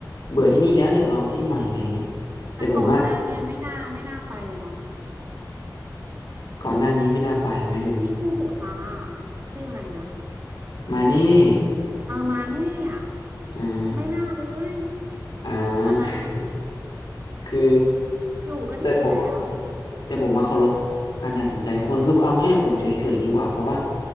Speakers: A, on the left; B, on the right.
A: เบื่อที่นี่แล้วอยากลองที่ใหม่อะไรอย่างเงี้ย
B: แต่ก่อนหน้าเนี่ยไม่น่าไม่น่าไปเลยเนาะ
A: แต่ผมอะก่อนหน้านี้ไม่น่าไปหมายถึง
B: ที่คู่หูซาร่าชื่ออะไรนะ
A: มานี่
B: เออมาเน่อะ
A: อ่า
B: ไม่น่าเลย
A: อ่
B: อันนั้นน่ะ
A: า คือ
B: อยู่ก็ดีอยู่แล้ว
A: แต่ผมอะแต่ผมมาเคารพการตัดสินใจทุกคนคือเอาง่ายๆผมเฉยๆดีกว่าเพราะว่า